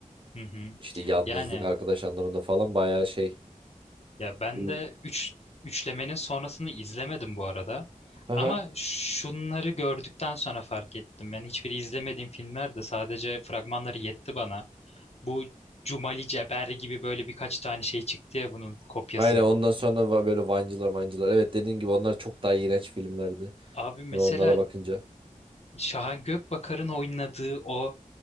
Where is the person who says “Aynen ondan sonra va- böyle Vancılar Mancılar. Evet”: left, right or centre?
Right